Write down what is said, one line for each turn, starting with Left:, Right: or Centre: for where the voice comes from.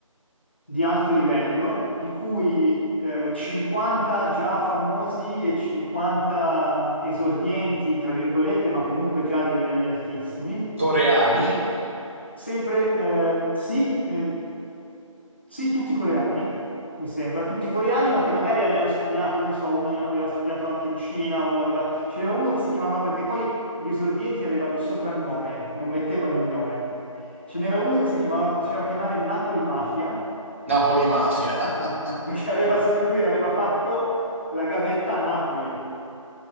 Left: di alto livello, di cui eh, 50 già famosi e 50 esordienti, tra virgolette, ma comunque già di livelli altissimi.
Right: Coreani,
Left: E sempre, ehm, sì, eh, sì, tutti coreani, mi sembra, tutti coreani, ma che magari avevano studiato, che ne so, uno aveva studiato anche in Cina, uno aveva... C'era uno che si chiamava, perché poi gli esordienti avevano il soprannome, non mettevano il nome. Ce n'era uno che si chiamava, faceva chiamare Napoli Mafia,
Right: Napoli Mafia. <laughs>
Left: perché aveva stu- lui aveva fatto la gavetta a Napoli